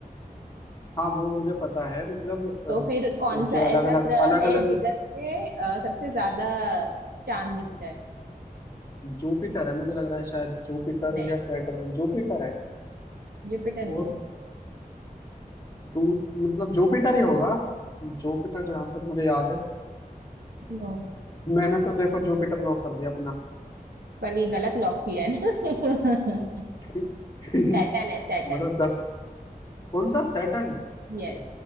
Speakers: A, on the left (about 25°); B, on the right (about 80°).
A: हाँ वो मुझे पता है मतलब अ,
B: तो फिर कौन सा
A: क्या अलग
B: ऐसा
A: अलग
B: ग्रह
A: अलग
B: है
A: अलग
B: जिधर पे अ, सबसे ज्यादा चांद दिखता है
A: जुपिटर है मुझे लग रहा है शायद जुपिटर
B: नहीं
A: या
B: नहीं
A: सैटर्न जुपिटर है
B: जुपिटर नहीं
A: और
B: है
A: दूस मतलब जुपिटर ही होगा जुपिटर जहां तक मुझे याद है
B: नो
A: मैंने तो देखो जुपिटर लॉक कर दिया अपना
B: पर ये गलत लॉक किया है ना
A: <laughs>
B: <laughs> सैटर्न है सैटर्न
A: मतलब दस कौन सा सैटर्न
B: यस